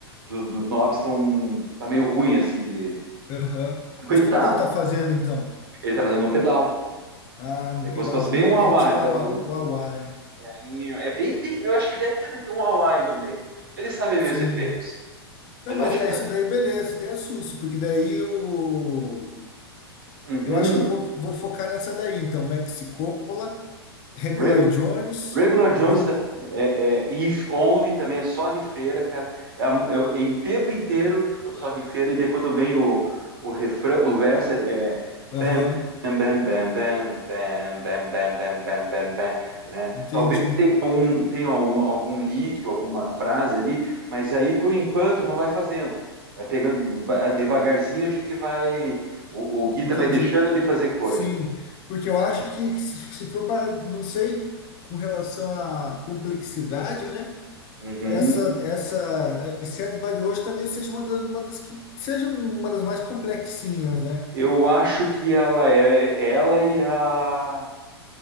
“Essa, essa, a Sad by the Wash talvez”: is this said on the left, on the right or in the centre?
Left